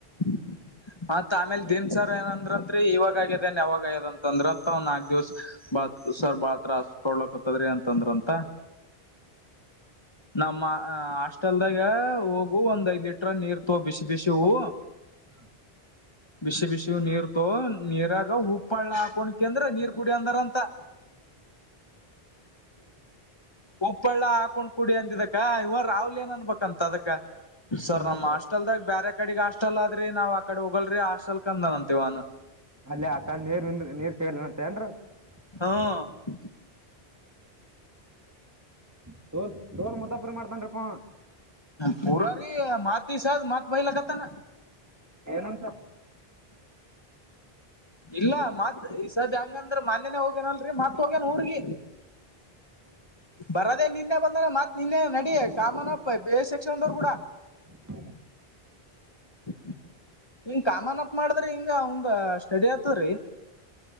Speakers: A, on the left (about 25°); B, on the right (about 15°).
A: <inaudible> ಮತ್ ಆಮೇಲ್ ದನ್ಸಾರ ಏನಂದ್ರಂತ್ರಿ ಇವಾಗ ಆಗೇನ್ ಯಾವಾಗದಂತ ಅಂದ್ರ ಅಂತ ಒಂದ ನಾಕ್ ದಿವ್ಸ ಬತ್ <unintelligible> ಸರ್ ಬಾಳತ್ರಾಸ ಕೊಡ್ಲಕತ್ತದ್ರಿ ಅಂತಂದ್ರಂತ <inaudible> ನಮ್ಮ ಹಾಸ್ಟೆಲ್ದಾಗ ಹೋಗು ಒಂದ್ ಐದ್ ಲೀಟ್ರ ನೀರ್ ತ ಬಿಸಿ ಬಿಸಿವು
B: ಹ್ಮ
A: ಬಿಸಿ ಬಿಸಿ ನೀರ್ತೋ ನೀರಾಗ ಉಪ್ಪಳ್ಳ <unintelligible> ಹಾಕೋಡಕಂದ್ರ ನೀರ್ ಕುಡಿ ಅಂದ್ರಾಂತ <inaudible> ಉಪ್ಪಳ್ಳ ಹಾಕೊಂಡ್ ಕುಡಿ ಅಂದಿದಕ್ಕ ಇವ ರಾಹುಲ್ ಏನ್ ಅಂಬೇಕಂತ ಅದಕ್ಕ ಸರ್ ನಮ್
B: ನಂತರ
A: ಹಾಸ್ಟೆಲ್ದಾಗ ಬೇರೆ ಕಡೆ ಹಾಸ್ಟೆಲ್ ಆದ್ರಿ ನಾವ್ ಆ ಕಡೆ ಹೋಗಲ್ರಿ ಹಾಸ್ಟೆಲ್ ಕಂದನನ್ತಿವನನು
B: <unintelligible> ಅಲ್ಲ ಆ ಕಾಲ ನೀರ್ ನಿಂದ ನೀರ್ ಸೇಗಲ್ಲನತ್ತ ಏನ್ <unintelligible>
A: ಹ್ಮ್
B: ೋಲ್ <unintelligible> ಟೋಲ್ ಮದಾಬ್ರ ಮಾಡ್ತನ್ರಿಪ್ಪಾ
A: ಪೂರಾರಿ ಮತಿ ಸ್ ಮತ್ ಬಯಲಕತಾನ
B: ಏನಂತ
A: ಇಲ್ಲ ಮತ್ ಈ ಸದ ಹೆಂಗಂದ್ರ ಮಾನ್ಯನೆ ಹೋಗ್ಯೇನಲ್ರಿ ಮತ್ ಹೋಗ್ಯನ ಊರ್ಗಿ ಬರದೆೇ ನಿನ್ನೆ ಬಂದನಾ ಮತ್ ನಿನ್ನೆ ನಡಿ ಕಾಮನ್ ಅಪ್ಪ ಬೇರೆ ಸೆಕ್ಷನ್ ದವರು ಕೂಡ
B: ಹ್ಮ
A: ಹ್ಮ <inaudible> ಹಂಗ <unintelligible> ಕಾಮನ್ಪ್ ಮಾಡದ್ರಿ ಹಿಂಗಅವಂದು ಸ್ಟಡಿ ಆತದ್ರಿ